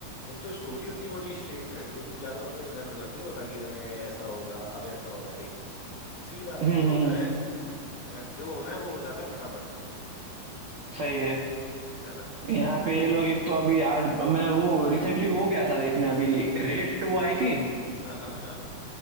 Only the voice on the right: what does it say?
हम्म,
हम्म,
सही है
यहाँ पे ये लोग एक तो अभी आज मैं वो रिसेंटली वो गया था देखने अभी रेड टू आई थी